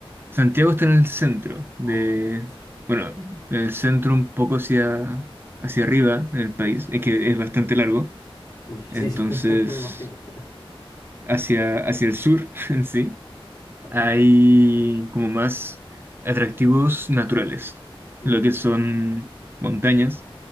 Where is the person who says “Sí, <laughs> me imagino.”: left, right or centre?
Left